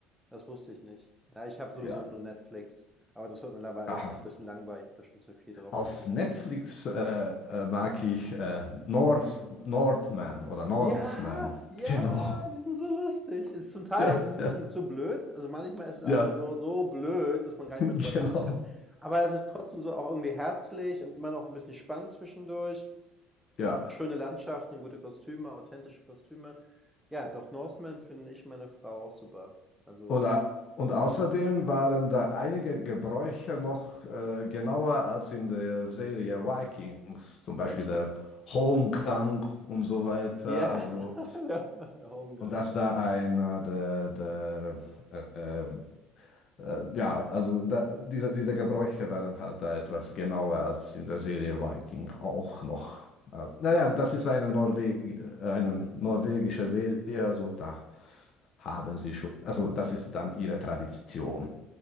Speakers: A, in the centre; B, on the left.
A: Das wusste ich nicht. Ja, ich habe
B: Ja.
A: sowieso nur Netflix, aber das wird mittlerweile
B: Ah,
A: auch ein bisschen langweilig. Ich habe da schon zu viel drauf
B: Auf
A: gesehen.
B: Netflix äh, äh, mag ich äh, North, Northman oder Norseman.
A: Ja, ja,
B: <laughs> Genau.
A: die sind so lustig. Ist zum Teil
B: Ja,
A: ist es ein
B: ja,
A: bisschen zu blöd. Also, manchmal ist es einfach
B: ja,
A: so so blöd, dass man
B: <laughs>
A: gar nicht
B: genau.
A: mehr drüber lacht. Aber es ist trotzdem so auch irgendwie herzlich und immer noch ein bisschen spannend zwischendurch
B: Ja.
A: und auch schöne Landschaften und gute Kostüme, authentische Kostüme. Ja, Doc Northman finde ich meine Frau auch super. Also
B: Und, au- und außerdem waren da einige Gebräuche noch äh, genauer als in der Serie Vikings, zum Beispiel
A: Echt?
B: der Holmgang und so weiter.
A: ja,
B: Also,
A: <laughs> der Homegang,
B: und dass
A: ja.
B: da einer der, der äh, äh, ja, also da, diese, diese Gebräuche waren halt da etwas genauer als in der Serie Viking auch noch. Also, naja,
A: Ja,
B: das ist eine, Norweg äh, eine norwegische Serie, also da haben sie schon, also das ist dann ihre Tradition.